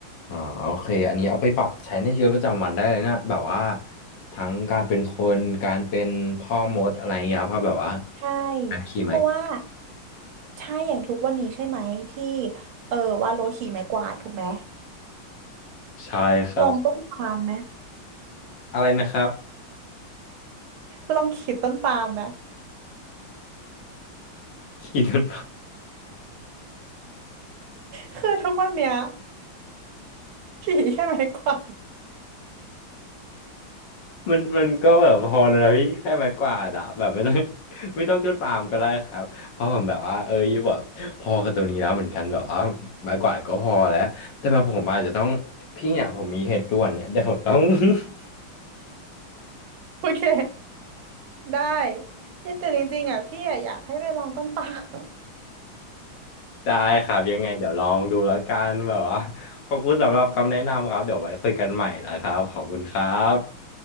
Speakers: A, on the left; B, on the right.
A: อ่าโอเคอันนี้เอาไปปรับใช้ในชีวิตประจำวันได้เลยนะแบบว่าทั้งการเป็นคนการเป็นพ่อมดอะไรเงี้ยเพราะแบบว่า
B: ใช่
A: การขี่ไม้
B: เพราะว่าใช่อย่างทุกวันนี้ใช่ไหมที่เออว่าโลขี่ไม้กวาดถูกไหม
A: ใช่ครับ
B: ลองต้นปาล์มไหม
A: อะไรนะครับ
B: ลองขีดต้นปาล์มไหม
A: ขี่รถ
B: คือทุกวันเนี้ยผีแค่ไม้กวาด
A: มันมันก็แบบพอเลยนะพี่แค่ไม้กวาดอะแบบไม่ต้อง <laughs> ไม่ต้องจนปามก็ได้ครับเพราะผมแบบว่าเออแบบพอกับตัวนี้แล้วเหมือนกันแบบว่าไม้กวาดก็พอแล้วแต่แบบผมอาจจะต้องพี่เนี่ยผมมีเหตุด่วนเนี่ยเดี๋ยวผมต้อง <laughs>
B: โอเคได้เนี่ยแต่จริงๆอ่ะพี่อะอยากให้ไปลองต้นปาล์ม
A: ได้ครับยังไงเดี๋ยวลองดูแล้วกันแบบว่าขอบคุณสำหรับคำแนะนำครับเดี๋ยวไว้คุยกันใหม่นะครับขอบคุณครับ